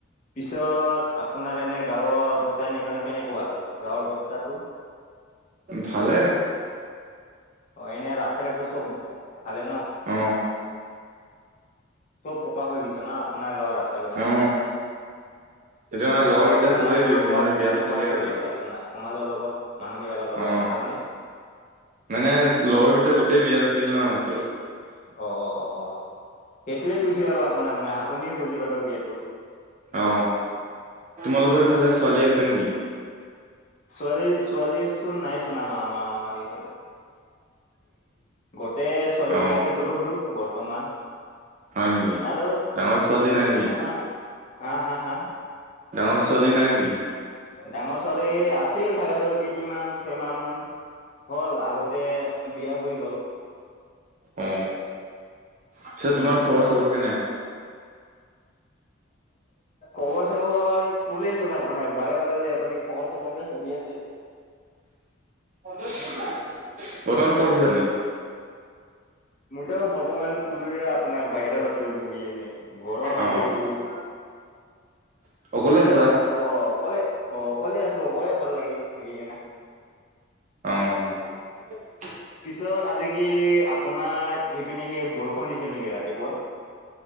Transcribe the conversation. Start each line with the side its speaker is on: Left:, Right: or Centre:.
Left: পিছত আপোনাৰ এনে গাঁৱৰ অৱস্থা এনে মানে কেনেকুৱা গাঁৱৰ অৱস্থা তাকো
Right: ভালে
Left: অ এনেই ৰাস্তা ঘাটটো চব ভালে ন
Right: অ
Left: চব পকা হৈ গৈছে ন আপোনাৰ গাঁৱৰ ৰাস্তাবিলাক
Right: অ এতিয়া
Left: অ
Right: মানে লগৰ
Left: আৰু
Right: কেইটা চবে
Left: সমাজৰ লগত
Right: মানে বিয়া
Left: কেনেকুৱা
Right: পাতিলে
Left: চলি
Right: আৰু
Left: আছে আপোনাৰ সমাজৰ লগত মানুহ বিলাকৰ লগত
Right: অ
Left: ভালনে
Right: মানে লগৰকেইটা গোটেই বিয়া পাতিল নহয়
Left: অ অ অ অ সেইটোৱে কৈছো আৰু আপোনাক মই আপুনিও জল্দি পাটক বিয়াটো
Right: অ তোমালোকৰ ইফালে ছোৱালী আছে নিকি
Left: ছোৱালী ছোৱালী চোন নাইচোন আমাৰ আমাৰ আমাৰ এইফালে গোটেই ছোৱালী
Right: অ
Left: বিলাকে সৰু সৰু বৰ্তমান
Right: হয় নিকি
Left: আৰু
Right: ডাঙৰ ছোৱালী নাই
Left: কেইটামান
Right: নিকি
Left: হা হা হা
Right: ডাঙৰ ছোৱালী নাই নিকি
Left: ডাঙৰ ছোৱালী আছিল থাকাটো কেইদিনমান ছয় মাহ মান হল আগতে বিয়া হৈ গ'ল
Right: অ অ পিছত
Left: উম
Right: তোমাৰ
Left: উম
Right: খবৰ
Left: উম
Right: চবৰ কেনে
Left: খবৰ চবৰ কলেচোন আপোনাক বাৰে বাৰে আপুনি খবৰ চবৰকে সুধি আছে
Right: বৰ্তমান কত আছে আপুনি
Left: মইতো বৰ্তমান কলোয়ে আপোনাক বাহিৰত আছে বহি এনে গৰম
Right: অ
Left: আজি বহুত
Right: <inaudible> অকলে
Left: পিছত
Right: আছা
Left: অ অ অকলে অ অকলে আছো অ বৰ ভাল লাগে থাকি কিনে
Right: অ
Left: পিছত আজি কি আপোনাৰ সেইপিনে কি বৰষুণ দিছিল নিকি ৰাতিপুৱা